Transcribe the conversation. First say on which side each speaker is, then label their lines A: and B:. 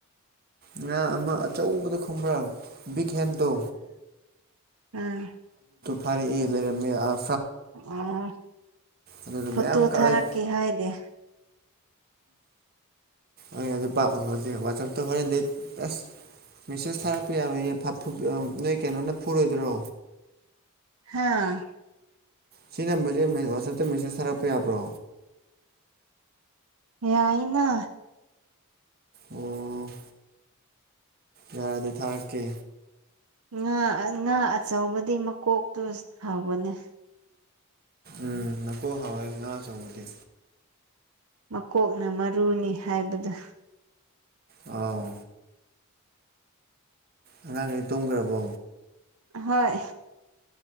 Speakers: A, on the right (about 45°); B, on the right (about 90°).
A: ꯉꯥ ꯑꯃ ꯑꯆꯧꯕꯗ ꯈꯪꯕ꯭ꯔꯥ ꯕꯤꯛ ꯍꯦꯟꯗꯣ
B: ꯎꯝ
A: ꯐꯔꯦꯏ ꯂꯩꯔꯝꯃꯦ ꯑꯥ
B: ꯑꯣ
A: ꯑꯗꯨꯗ ꯃꯌꯥꯝ
B: ꯐꯣꯠꯇꯣ
A: ꯀꯛꯑ
B: ꯊꯔꯛꯀꯦ ꯍꯥꯏꯗꯦ
A: ꯑꯩ ꯑꯗꯨ ꯚꯥꯞ ꯑꯣꯏꯍꯧꯗꯦ ꯋꯥꯆꯞꯇꯨ ꯍꯔꯦꯟꯗꯩ ꯑꯁ ꯃꯦꯁꯦꯁ ꯊꯥꯔꯛꯄ ꯌꯥꯔꯣꯏꯌꯦ <unintelligible> ꯅꯣꯏ ꯀꯩꯅꯣꯅ ꯐꯨꯔꯣꯏꯗ꯭ꯔꯣ
B: ꯍꯥꯥ
A: ꯁꯤ ꯅꯝꯕꯔꯖꯦ <unintelligible> ꯋꯥꯆꯞꯇ ꯃꯦꯁꯦꯁ ꯊꯥꯔꯛꯄ ꯌꯥꯕ꯭ꯔꯣ
B: ꯌꯥꯏꯅ
A: ꯑꯣ ꯌꯥꯔꯗꯤ ꯊꯥꯔꯛꯀꯦ
B: ꯉꯥ ꯉꯥ ꯑꯆꯧꯕꯗꯤ ꯃꯀꯣꯛꯇꫭ ꯍꯥꯎꯕꯅꯦ
A: ꯎꯝ ꯅꯀꯣ ꯍꯥꯎꯋꯦ ꯉꯥ ꯑꯆꯧꯕꯗꯤ
B: ꯃꯀꯣꯛꯅ ꯃꯔꯨꯅꯤ ꯍꯥꯏꯕꯗꯣ
A: ꯑꯥꯎ ꯑꯉꯥꯡꯒꯩ ꯇꯨꯝꯒ꯭ꯔꯕꯣ
B: ꯍꯣꯏ